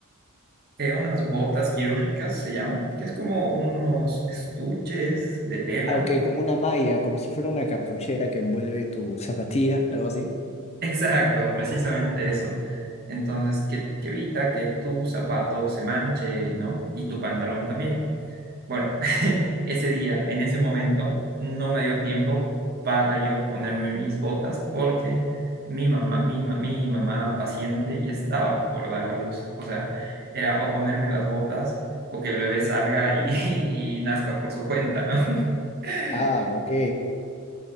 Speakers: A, on the right; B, on the left.
A: eh, unas botas quirúrgicas, se llaman, que es como unos estuches de tela.
B: Ah, ok, como una malla, como si fuera una cartuchera que envuelve tu zapatilla, algo así.
A: <laughs> Exacto, precisamente eso. Entonces, que, que evita que tu zapato se manche, ¿no? Y tu pantalón también. Bueno, <laughs> ese día, en ese momento, no me dio tiempo para yo ponerme mis botas porque mi mamá, mi, ma- mi mamá paciente ya estaba por dar a luz. O sea, era o ponerme las botas o que el bebé salga y, <laughs> y nazca por su cuenta, ¿no? <laughs>
B: Ah, ok.